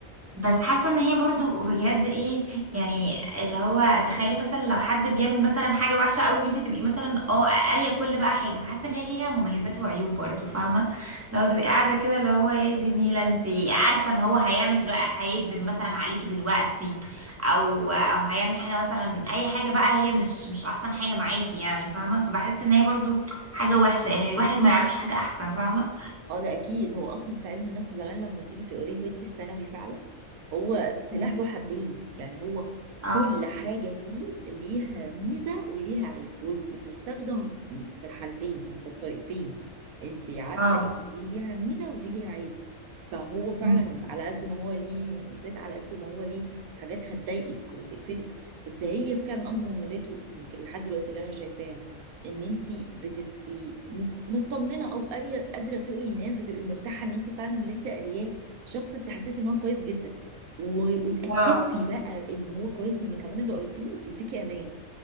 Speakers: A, on the right; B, on the right.
A: بس حاسه ان هي برضو بجد ايه يعني اللي هو تخيلي مثلا لو حد بيعمل مثلا حاجه وحشه قوي وانت تبقي مثلا اه قاريه كل بقى حاجه فحاسه ان هي ليها مميزات وعيوب برضو فاهمه لو تبقي قاعده كده اللي هو ايه دي نيله انت عارفه ان هو هيعمل دلوقتي هيكذب مثلا عليكي دلوقتي او او هيعمل حاجه مثلا اي حاجه بقى هي مش مش احسن حاجه معاكي يعني فاهمه فبحس ان هي برضو حاجه وحشه يعني الواحد ما يعرفش حاجه احسن فاهمه
B: اه ده اكيد هو اصلا في علم النفس زمان لما تيجي تقريه وانت في ثانوي فعلا هو سلاح
A: مم.
B: ذو حدين يعني هو
A: اه
B: كل حاجه فيه ليها ميزه وليها عيب وت- وتستخدم في الحالتين يعني في الطريقتين انت عارفه
A: اه
B: دي ليها ميزه ودي ليها عيب فهو فعلا
A: مم.
B: على قد ما هو ليه مميزات على قد ما هو ليه حاجات هتضايقك وتقفلك بس هي فعلا اكبر مميزاته يمكن لحد دلوقتي اللي انا شايفاها ان انت بتبقي م- مطمنه او قاريه قادره تقري الناس بتبقي مرتاحه ان انت فعلا اللي انت قارياه شخص انت حسيتي ان هو كويس جدا و- واتاكدتي
A: اه
B: بقى ان هو كويس من كمان اللي قريتيه بيديكي امان